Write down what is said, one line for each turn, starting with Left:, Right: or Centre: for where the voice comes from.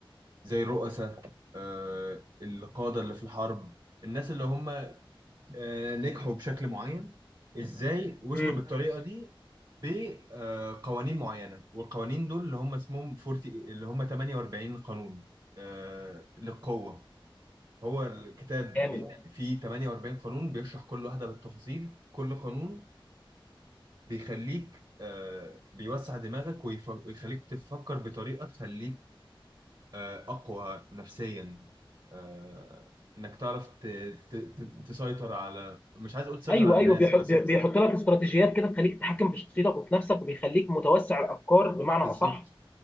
Right: زي الرؤساء أه القادة اللي في الحرب الناس اللي هم آه، نجحوا بشكل معين ازاي وصلوا
Left: امم
Right: بالطريقه دي بقوانين معينه والقوانين دول اللي هم اسمهم 40 اللي هم 48 قانون آه، للقوه هو الكتاب
Left: جامد
Right: بي- فيه 48 قانون بيشرح كل واحده بالتفاصيل كل قانون بيخليك آه، بيوسع دماغك ويف- ويخليك تفكر بطريقه تخليك آه، اقوى نفسيا آه، انك تعرف ت- ت- ت- تسيطر على مش عايز اقول تسيطر
Left: ايوه
Right: على الناس
Left: ايوه بيح-
Right: بس
Left: بي- بيحط لك استراتيجيات كده تخليك تتحكم في شخصيتك وفي نفسك وبيخليك متوسع الافكار بمعنى
Right: بالظبط
Left: اصح